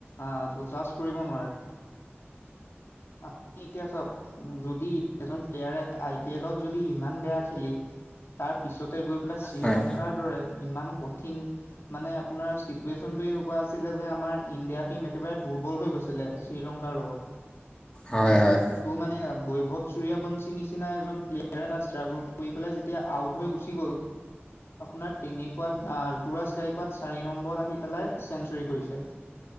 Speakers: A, on the left; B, on the left.
A: আহ জাৰ্চ কৰিব নোৱাৰে। আপোনি এতিয়া চাওক যদি এজন প্লেয়াৰে আই পি এলত যদি ইমান বেয়া খেলি তাৰ পিছত গৈ পেলাই শ্ৰীলংকাৰ
B: হয়।
A: দৰে ইমান কঠিন মানে আপোনাৰ ছিটুৱেশনটো এনেকুৱা আছিল ছিলে যে, আমাৰ ইণ্ডিয়া টিম একেবাৰে দুৰ্বল হৈ গৈছিলে শ্ৰীলংকাৰ লগত।
B: হয় হয়
A: কিন্তু
B: হয়।
A: তাতো মানে বৈভৱ সূৰ্য়াবংশীৰ নিচিনা এজন প্লেয়াৰে তাত ষ্ট্ৰাগল কৰি পেলাই যেতিয়া আউট হৈ গুচি গ'ল আপোনাৰ তেনেকুৱা অ'- ঋতুৰাজ গাই চাৰি নম্বৰত আহি পেলাই চেন্সুৰী কৰিছে।